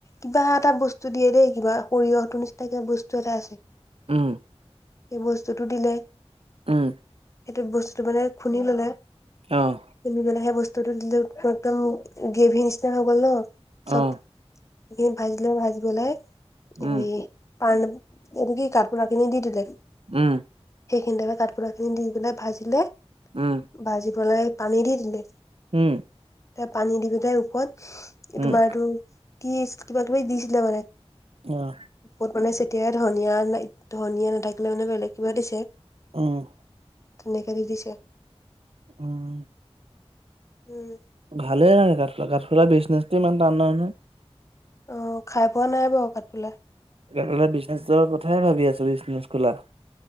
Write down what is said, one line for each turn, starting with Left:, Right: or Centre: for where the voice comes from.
Left: কিবা এটা বস্তু দিয়ে দেই কিবা, সৰিয়হটোৰ নিচিনা কিবা বস্তু এটা আছে।
Right: উম।
Left: সেই বস্তুতটো দিলে
Right: উম।
Left: সেইটো বস্তুটো মানে খুন্দি ল'লে
Right: অহ।
Left: কিনিবলেহে সেই বস্তুটো দিলে একদম গেভী নিচিনা হৈ গ'ল ন'
Right: অ
Left: চব। সেইখিনি ভাজিলোঁ ভাজি পেলাই,
Right: উম
Left: হেৰি পাণ এইটো কি কাঠফুলাখিনি দি দিলে।
Right: উম।
Left: সেইখিনিতে কাঠফুলাখিনি দি পেলাই ভাজিলে।
Right: উম।
Left: ভাজি পেলাই পানী দি দিলে।
Right: উম।
Left: তাই পানী দিবি তাই ওপৰত
Right: উম
Left: তোমাৰটো কি কিবা-কিবি দিছিলে মানে।
Right: উম।
Left: চব মানে চেতিয়াই ধনীয়া নে ধনীয়া নাথাকিলে মানে বেলেগ কিবা দিছে।
Right: উম।
Left: সেনে কৰি দিছে।
Right: উম।
Left: উম।
Right: ভালে লাগে কাঠফুলা, কাঠফুলা বিজনেছটো ইমান টান নহয় নহয়।
Left: অ' খাই পোৱা নাই বাৰু কাতফুলা।
Right: সেইকাৰণে বোলে বিজনেছৰ কথায়েই ভাবি আছোঁ বিজনেছ খোলা।